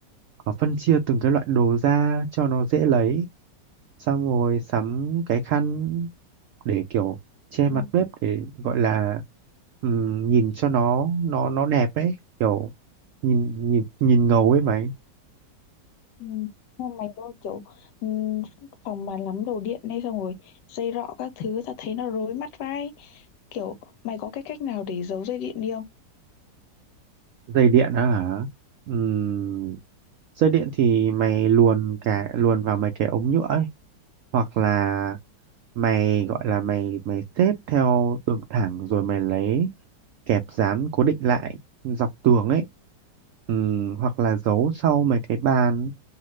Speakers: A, on the right; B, on the left.
A: Ờ, phân chia từng cái loại đồ ra cho nó dễ lấy xong rồi sắm cái khăn để kiểu che
B: ừ.
A: mặt bếp để gọi là ừm, nhìn cho nó nó nó đẹp ấy kiểu nhìn nhìn nhìn ngầu ấy mày
B: ừ. Nhưng mà mày ơi kiểu ừ, phòng mà lắm đồ điện đây xong rồi dây rọ các thứ tao thấy nó rối mắt vai kiểu mày có cái cách nào để giấu dây điện đi không
A: dây điện á hả Ừm, dây điện thì mày luồn cả luồn vào mấy cái ống nhựa ấy hoặc là mày gọi là mày mày xếp theo đường thẳng rồi mày lấy kẹp dán cố định lại dọc tường ấy ừ, hoặc là giấu sau mấy cái bàn